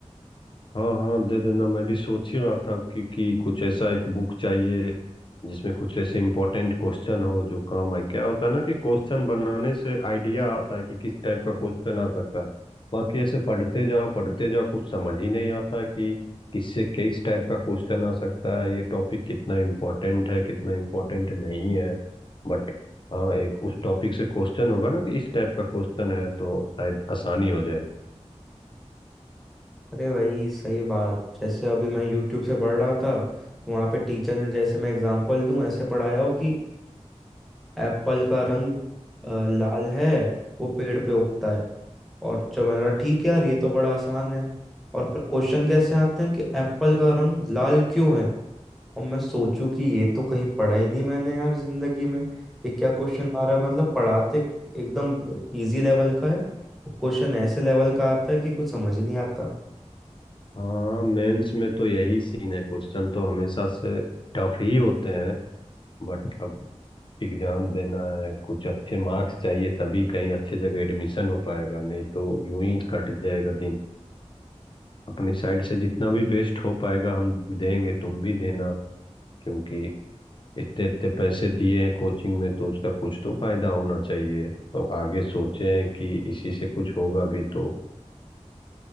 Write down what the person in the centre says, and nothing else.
अरे भाई सही बात जैसे अभी मैं YouTube से पढ़ रहा था तो वहाँ पे टीचर ने जैसे मैं एग्जांपल दूं ऐसे पढ़ाया हो कि एप्पल का रंग अ, लाल है वो पेड़ पे उगता है और जो मैंने कहा ठीक है यार ये तो बड़ा आसान है और फिर क्वेश्चन कैसे आते हैं कि एप्पल का रंग लाल क्यों है और मैं सोचूं कि ये तो कहीं पढ़ा ही नहीं मैंने यार जिंदगी में ये क्या क्वेश्चन आ रहा है मतलब पढ़ाते एकदम इजी लेवल का है क्वेश्चन ऐसे लेवल का आता है कि कुछ समझ ही नहीं आता